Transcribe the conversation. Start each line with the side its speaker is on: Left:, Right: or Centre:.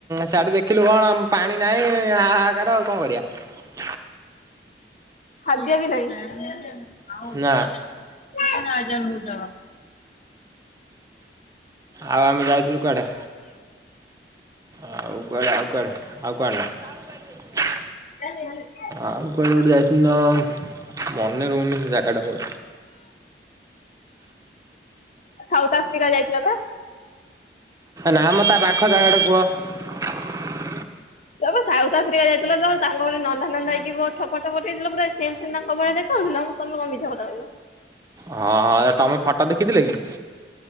Right: ସେଆଡେ ଦେଖିଲୁ କଣ ପାଣି। ନାଇଁ ହା ହା କାର ଆଉ କଣ କରିବା।
Left: ଖାଦ୍ୟ ବି ନାହିଁ। ଆଉ <inaudible>
Right: ନା
Left: ଟ <inaudible>
Right: ଆଉ ଆମେ ଯାଇଥିଲୁ କୁଆଡେ? ଆଉ କ ଆଉ କ ଆଉ କୁଆଡେ ନାହିଁ।
Left: <inaudible>
Right: ଆଉ କୁଆଡ଼େ ଗୋଟେ ଯାଇଥିଲ ତ ମନେ ରହୁନି ସେ ଜାଗାଟାକୁ।
Left: ସାଉଥ ଆଫ୍ରିକା ଯାଇଥିଲା ପା।
Right: ନା ମ ତା ପାଖ ଜାଗାଟା କୁହ।
Left: ତବ ସାଉଥ ଆଫ୍ରିକା ଯାଇଥିଲା ତବ ତାଙ୍କଟ ନନ୍ଦା ନନ୍ଦା ହେଇଯିବ ଠପଟ ଠପଟ ହେଇଥିଲା ପୁରା ସେମ ସେ ତାଙ୍କ ଭଳିଆ ଦେଖା ହଉଥିଲା ମୁଁ ତମେ କ ମିଛା କଥା କହିବ।
Right: ହଁ ହଁ ତମେ ଫୋଟ ଦେଖିଥିଲେ କି?